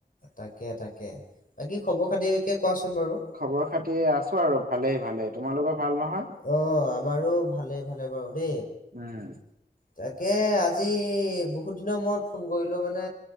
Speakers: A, on the left (about 55°); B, on the right (about 60°).
A: তাকে তাকে বাকী খবৰ খাতিয়েকে কোৱাচোন বাৰু?
B: খবৰ খাতি আছো আৰু ভালে ভালে তোমালোকৰ ভাল নহয়?
A: অ আমাৰো ভালে ভালে বাৰু দে
B: উম
A: তাকে আ- আজি বহুত দিনৰ মূৰত ফোন কৰিলো মানে